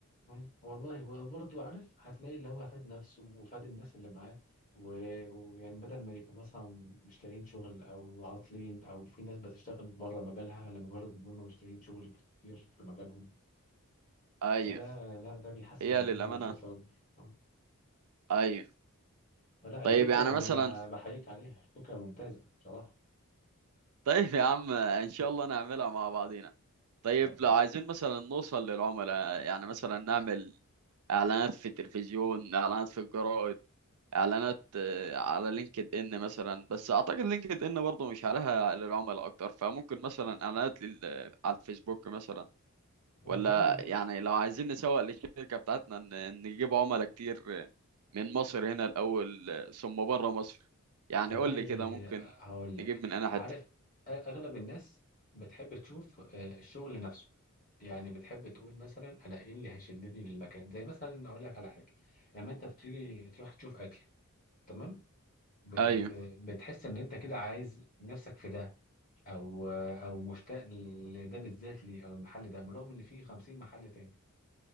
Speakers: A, on the left; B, on the right.
A: أيوة. والله وبرضه عارف هتلاقي اللي هو فاد نفسه وفاد الناس اللي معاه و- ويعني بدل ما يبقوا مثلا مش لاقيين شغل او عاطلين او في ناس بتشتغل بره مجالها لمجرد ان هم مش لاقيين شغل كتير في مجالهم
B: ايوه
A: فده لا ده بيحسن
B: هي
A: الدنيا
B: للأمانة
A: بشكل اكبر آه.
B: ايوه
A: فلا
B: طيب
A: الفكره
B: يعني
A: يعني
B: مثلا
A: انا بحييك عليها الفكره ممتازه بصراحه
B: طيب يا عم ان شاء الله نعملها مع بعضينا
A: ان
B: طيب
A: شاء الله
B: لو عايزين مثلا نوصل للعملاء يعني مثلا نعمل اعلانات في التلفزيون اعلانات في الجرائد اعلانات آه، على لينكد ان مثلا بس اعتقد لينكد ان برضه مش عليها للعملاء اكتر فممكن مثلا اعلانات لل... على الفيسبوك مثلا
A: والله
B: ولا
A: بص
B: يعني لو عايزين نسوق للشركة بتاعتنا ن- نجيب عملاء كتير آه، من مصر هنا الاول آه، ثم بره مصر يعني
A: والله
B: قول لي كده ممكن
A: هقول لك
B: نجيب من انا حتة
A: عارف أ- اغلب الناس بتحب تشوف آه، الشغل نفسه يعني بتحب تقول مثلا انا ايه اللي هيشدني للمكان زي مثلا اقول لك على حاجه لما انت بتيجي تروح تشوف اكل تمام بت...
B: ايوه
A: ب- بتحس ان انت كده عايز نفسك في ده او او مشتاق لده بالذات ليه او المحل ده بالرغم ان فيه 50 محل تاني